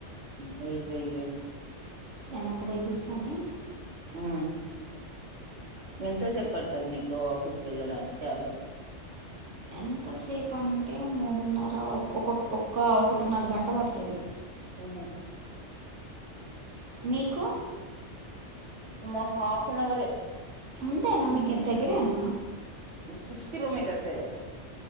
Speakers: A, on the right; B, on the right.
A: వెయి వెయి వెయి
B: వెనక పోయి కూసోని
A: ఉ ఎంత సేపు పడుతది నీకు ఆఫీస్ కి వెళ్ళడానికి క్యాబ్ లో
B: ఎంతసేపు అంటే మూడున్నర ఒక ఒక్క ఒకటిన్నర గంట పడుతుంది
A: ఉ హు
B: మీకు
A: మకు అఫ్ నవర్
B: అంతేనా మీకు దగ్గరేనా
A: సిక్స్ కిలోమీటర్స్